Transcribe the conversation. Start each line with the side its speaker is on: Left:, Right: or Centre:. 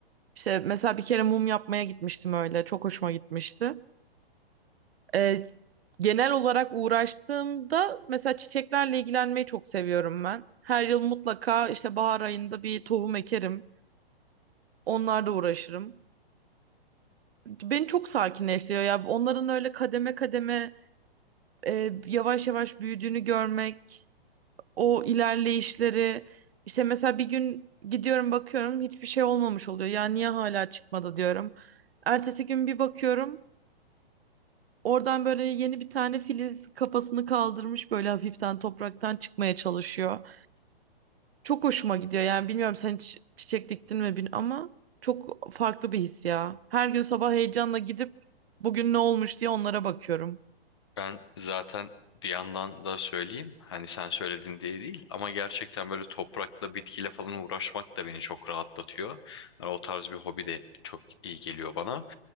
Right: İşte mesela bir kere mum yapmaya gitmiştim öyle. Çok hoşuma gitmişti. Ee, genel olarak uğraştığımda mesela çiçeklerle ilgilenmeyi çok seviyorum ben. Her yıl mutlaka işte bahar ayında bir tohum ekerim. Onlarla uğraşırım. beni çok sakinleştiriyor ya. Onların öyle kademe kademe e, yavaş yavaş büyüdüğünü görmek, o ilerleyişleri. İşte mesela bir gün gidiyorum bakıyorum hiçbir şey olmamış oluyor. Ya niye hala çıkmadı diyorum. Ertesi gün bir bakıyorum oradan böyle yeni bir tane filiz kafasını kaldırmış böyle hafiften topraktan çıkmaya çalışıyor. Çok hoşuma gidiyor yani bilmiyorum sen hiç çiçek diktin mi bilmiyorum ama çok farklı bir his ya. Her gün sabah heyecanla gidip Bugün ne olmuş diye onlara bakıyorum.
Left: Ben zaten bir yandan da söyleyeyim hani sen söyledin diye değil ama gerçekten böyle toprakla bitkiyle falan uğraşmak da beni çok rahatlatıyor. Yani o tarz bir hobi de çok iyi geliyor bana.